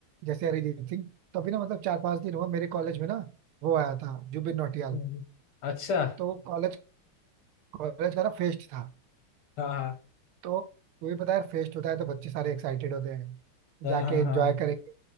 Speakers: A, on the right (about 80°); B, on the left (about 75°).
A: जैसे अरिजीत सिंह तो अभी ना मतलब चार पांच दिन हुआ मेरे कॉलेज में ना वो आया था जुबिन नौटियाल
B: हम्म। अच्छा
A: तो कॉलेज कॉलेज का ना फेस्ट था
B: हाँ हाँ
A: तो वही पता है यार फेस्ट होता है तो बच्चे सारे एक्साइटेड होते हैं
B: हाँ
A: जाके
B: हाँ
A: एंजॉय
B: हाँ
A: करेंगे